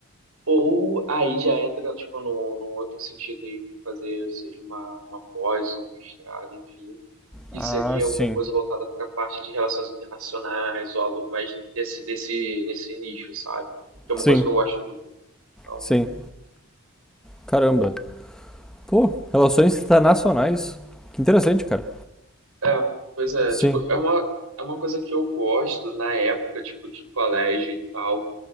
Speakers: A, on the right; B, in the centre.
A: Ou aí já entra, tipo, num, num outro sentido aí, para fazer, seja uma, uma pós, um mestrado, enfim e
B: Ah,
A: seria
B: sim.
A: alguma coisa voltada para a parte de relações internacionais ou algo mais desse, desse, nesse nicho, sabe? Que é uma
B: Sim,
A: coisa que eu gosto muito. Então,
B: sim. Caramba. Pô, relações internacionais. Que interessante, cara.
A: é, pois é,
B: Sim.
A: tipo, é uma, é uma coisa que eu gosto na época, tipo, de colégio e tal.